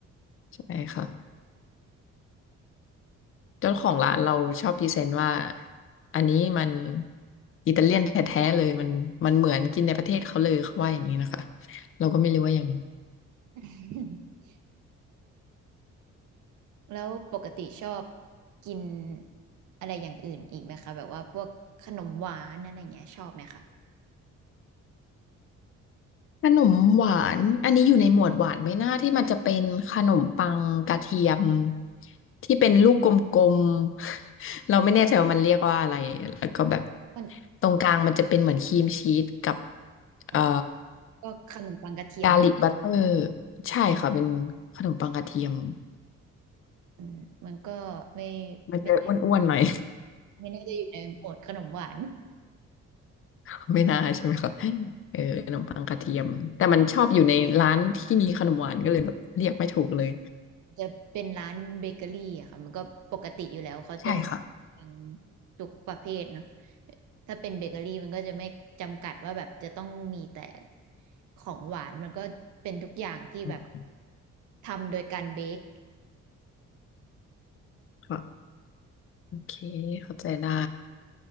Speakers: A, on the left; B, on the right.
A: ใช่ค่ะ เจ้าของร้านเราชอบพรีเซนต์ว่าอันนี้มันอิตาเลียนแท้ๆเลยมันมันเหมือนกินในประเทศเขาเลยเขาว่าอย่างนี้นะคะเราก็ไม่รู้ว่ายังไง
B: <laughs> แล้วปกติชอบกินอะไรอย่างอื่นอีกไหมคะแบบว่าพวกขนมหวานอะไรอย่างเงี้ยชอบไหมคะ
A: ขนมหวานอันนี้อยู่ในหมวดหวานไหมนะที่มันจะเป็นขนมปังกระเทียมที่เป็นลูกกลมๆ <laughs> เราไม่แน่ใจว่ามันเรียกว่าอะไรแล้วก็แบบ
B: มัน
A: ตรงกลางมันจะเป็นเหมือนครีมชีสกับเอ่อ
B: อ๋อพวกขนมปังกระเทียม
A: กาลิกบัตเตอร์ใช่ค่ะเป็นขนมปังกระเทียม
B: อืมมันก็ไม่
A: มันจะอ้วนๆหน่อย
B: ไม่ไม่น่าจะอยู่ในหมวดขนมหวาน
A: <laughs> ไม่น่าใช่ไหมคะเออขนมปังกระเทียมแต่มันชอบอยู่ในร้านที่มีขนมหวานก็เลยแบบเรียกไม่ถูกเลย
B: จะเป็นร้านเบเกอรี่อะค่ะมันก็ปกติอยู่แล้วเขาจะมี
A: ใช่ค่ะ
B: บางทุกประเภทเนาะถ้าเป็นเบเกอรี่มันก็จะไม่จำกัดว่าแบบจะต้องมีแต่ของหวานมันก็เป็นทุกอย่างที่แบบ
A: อ๋อ
B: ทำโดยการเบค
A: ค่ะโอเคเข้าใจได้